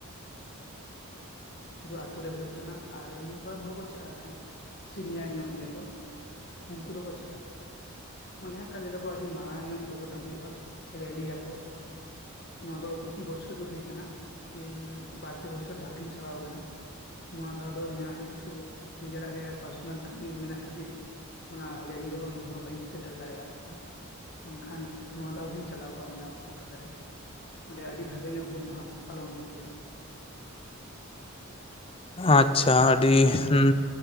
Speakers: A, on the left (about 25°); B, on the left (about 50°).
A: <inaudible>
B: ᱥᱩᱫᱩ ᱟᱛᱳ ᱨᱮ ᱦᱩᱭᱩᱜ ᱠᱟᱱᱟ ᱟᱨ ᱢᱤᱫ ᱵᱟᱨ ᱦᱚ ᱠᱚ ᱪᱟᱜᱼᱟ ᱡᱟᱦᱟᱸᱭ ᱥᱤᱱᱤᱭᱟᱨ ᱧᱚᱜ ᱜᱮᱭᱟ ᱠᱚ᱾ ᱟᱜ ᱩᱱᱠᱩ ᱫᱚᱠᱚ ᱪᱟᱜᱼᱟ᱾ ᱚᱸᱰᱮ ᱦᱟᱜ ᱠᱟ ᱞᱟᱹᱭ ᱫᱟᱠᱚ ᱟᱹᱰᱤ ᱢᱟᱨᱟᱝ ᱧᱚᱜ ᱯᱳᱜᱨᱟᱢ ᱦᱩᱭᱩᱜᱼᱟ ᱨᱮᱞᱤᱭᱟᱠᱚ᱾ ᱱᱚᱣᱟ ᱫᱚ ᱯᱨᱚᱛᱤ ᱵᱚᱪᱷᱚᱨ ᱜᱮ ᱦᱩᱭ ᱠᱟᱱᱟ, ᱤᱱ ᱵᱟᱨᱯᱮ ᱵᱚᱪᱷᱚᱨ ᱫᱷᱟᱣ ᱜᱤᱧ ᱪᱟᱞᱟᱣ ᱟᱠᱟᱱᱟ᱾ ᱱᱚᱣᱟ ᱫᱷᱟᱣ ᱫᱚ ᱤᱧᱟᱹᱜ ᱠᱤᱪᱷᱩ ᱱᱤᱡᱮᱨᱟᱜ ᱜᱮ ᱯᱟᱨᱥᱚᱱᱟᱞ ᱠᱟᱹᱢᱤ ᱢᱮᱱᱟᱜ ᱠᱷᱟᱹᱛᱤᱨ ᱚᱱᱟ ᱨᱮᱞᱤ ᱨᱮᱦᱚᱸ ᱤᱧᱦᱚᱸ ᱵᱟᱹᱧ ᱥᱮᱴᱮᱨ ᱫᱟᱲᱮᱭᱟᱜ <inaudible> ᱵᱟᱝᱠᱷᱟᱱ ᱱᱚᱣᱟ ᱫᱷᱟᱣ ᱦᱚᱸᱧ ᱪᱟᱞᱟᱣ ᱠᱚᱜᱼᱟ <unintelligible> ᱠᱳᱞᱠᱟᱛᱟ ᱨᱮ᱾ ᱚᱸᱰᱮ ᱟᱰᱤ ᱵᱷᱟᱜᱮ ᱧᱚᱜ ᱦᱩᱞ ᱢᱟᱦᱟ ᱯᱟᱞᱚᱱ ᱦᱩᱭᱩᱜ ᱜᱮᱭᱟ᱾ <inaudible>
A: ᱟᱪᱪᱷᱟ ᱟᱰᱤ ᱦᱩᱸ,